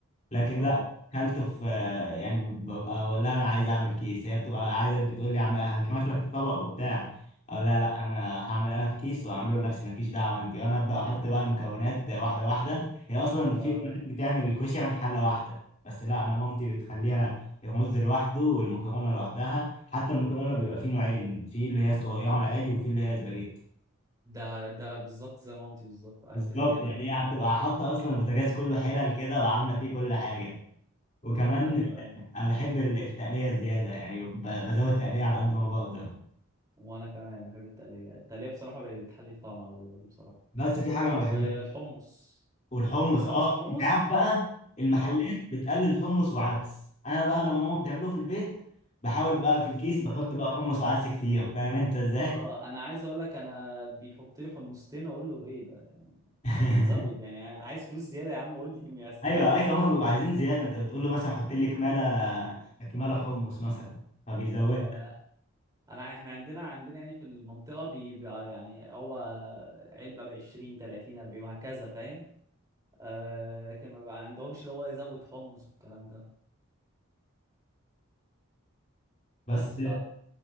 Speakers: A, on the left (about 35°); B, on the right (about 15°).
A: لكن
B: اه
A: لا اكلته في آه، يعني ببقى اقول لها انا عايز اعمل كيس هي بتبقى عايزه بتقول لي عم هجمش لك في طبق وبتاع اقول لها لا انا هعمل انا في كيس واعمله لنفسي مالكيش دعوه انت وانا ابدا احط بقى المكونات واحده واحده هي اصلا في
B: اه
A: امهات بتعمل الكشري من حله واحده بس لا انا مامتي بتخليها الرز لوحده والمكرونه لوحدها حتى المكرونه بيبقى فيه نوعين في اللي هي الصغيره العادي وفي اللي هي سباجيتي
B: ده ده بالظبط زي مامتي بالظبط ايوه
A: بالظبط
B: بتعمل كده
A: يعني
B: برضو
A: هي هتبقى حاطه اصلا البوتاجاز كله حلل كده وعامله فيه كل حاجه وكمان
B: ايوه ايوه
A: انا بحب التقليه الزياده يعني ب- بزود تقليه على قد ما بقدر
B: وانا كمان بحب التقليه التقليه بصراحه بقت بتحلي الطعم قوي برضه بصراحه
A: بس في حاجه ما بحبهاش
B: والحمص
A: والحمص
B: انت تحبش
A: اه
B: الحمص
A: انت عارف بقى المحلات
B: اه
A: بتقلل حمص وعدس انا بقى لما ماما بتعمله في البيت بحاول بقى في الكيس بحط بقى حمص وعدس كتير فاهم انت ازاي
B: اه انا عايز اقول لك انا بيحط لي حمصتين اقول له ايه ده يعني
A: <laughs>
B: ما تزود يعني عايز فلوس زياده يا عم قول لي <laughs> يا زود
A: ايوه ايوه
B: حمص
A: هم بيبقوا عايزين زياده انت بتقول له مثلا حط لي كماله كماله حمص مثلا فبيزود
B: اه لا انا احنا عندنا عندنا يعني في المنطقه بيبقى يعني هو علبه ب 20 30 40 وهكذا فاهم آه لكن ما بيبقى عندهمش اللي هو يزود حمص والكلام ده
A: بس
B: بس ف